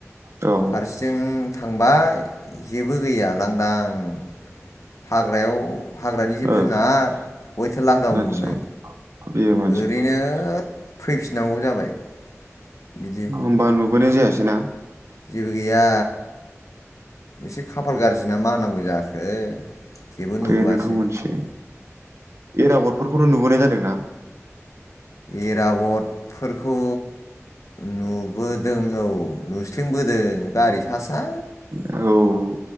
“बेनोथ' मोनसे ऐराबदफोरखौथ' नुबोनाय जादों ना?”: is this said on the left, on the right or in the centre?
Right